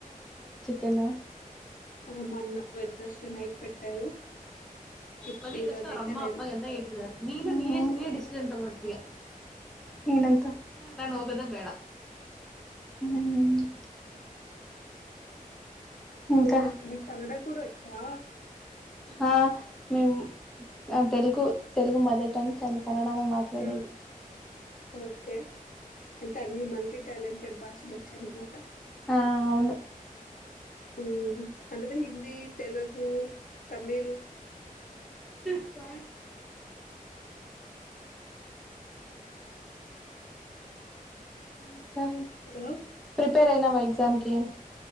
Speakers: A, in the centre; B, on the left.
A: కేనా
B: ఆ మొన్న వెడ్నస్ డే నైట్ పెట్టారు ఇప్పుడు
A: మల్లి
B: ఈ
A: తెచ్చినారు
B: రోజు అయితే
A: అమ్మ
B: లేదు
A: అప్ప ఎంటిదరూ నిను నినేే నినే డిసిజన్ అంత మధ్య నినొద్ద మ్ ద నువ్ ఒకటే తెడ మ్ ఇంకా
B: ఓ మిక్ మీకు కనడా కూడా వచ్చా
A: ఆ మేము తెలుగు తెలుగు మదర్ టంగ్ కానీ కనడనే మాట్లాడేది
B: ఉమ్, ఓకే అంటే అన్ని మల్టీ టాలెంటెడ్ భాషలు వచ్చన్నమాట
A: ఆ అవును
B: మ్ అంటేది హిందీ తెలుగు తమిళ్
A: బ ఇంకా
B: హలో
A: ప్రిపేర్ అయినావా ఎగ్జామ్కి